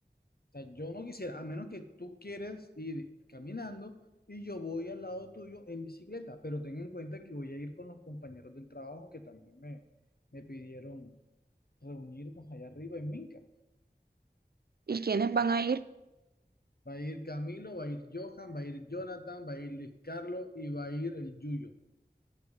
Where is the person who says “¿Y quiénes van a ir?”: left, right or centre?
Right